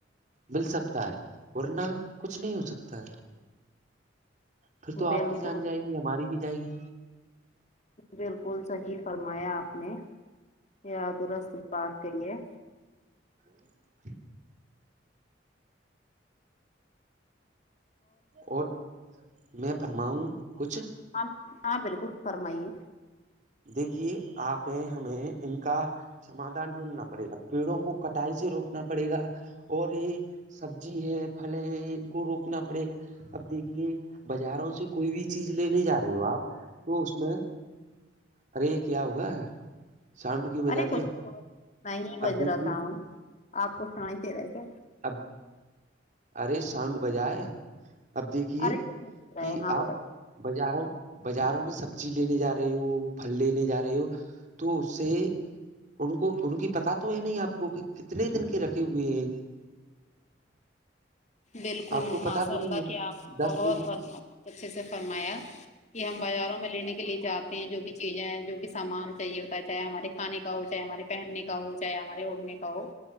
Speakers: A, on the right (about 40°); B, on the left (about 40°).
A: مل سکتا ہے ورنہ کچھ نہیں ہو سکتا ہے پھر تو آپ
B: بالکل
A: کی جان جائے گی ہماری بھی جائے گی
B: بالکل صحیح فرمایا آپ نے یا درست بات کری ہے
A: <unintelligible> اور میں فرماؤں کچھ
B: ہاں ہاں بالکل فرمائیے
A: دیکھیے آپ ہمیں ان کا سادھان ڈھونڈنا پڑے گا پیڑوں کو کٹائی سے روکنا پڑے گا اور یہ سبزی ہے پھل ہیں ان کو روکنا پڑے گا اب دیکھیے بازاروں سے کوئی بھی چیز لینے جا رہے ہو آپ تو اس میں ارے کیا ہوگا سانڈو کیوں بجا
B: ارے
A: دیا
B: کچھ نہیں ہو نہیں بج
A: اب دیکھیے
B: رہا تھا آپ کچھ سمجھتے رہ کے
A: اب ارے ساؤنڈ بجائے ہے اب دیکھیے
B: ارے نہیں دے رہا
A: کہ
B: ہے ہاں بتائیے
A: آپ بازاروں بازاروں میں سبزی لینے جا رہی ہو پھل لینے جا رہے ہو تو اس سے ان کو ان کی پت تو ہے نہیں آپ کو کہ کتنے دن کے رکھے ہوئے ہیں
B: بالکل
A: آپ کو
B: ماشاء
A: پتا تو
B: اللہ
A: نہیں ہے
B: کی آپ نے
A: دس
B: بہت
A: دن
B: بہت اچھے سے فرمایا کہ ہم بازاروں میں لینے کے لیے جاتے ہیں جو بھی چیزیں ہیں جو بھی سامان چاہیے ہوتا ہے چاہے ہمارے کانے کا ہو چاہے ہمارے پہننے کا ہو چاہے ہمارے اڑھنے کا ہو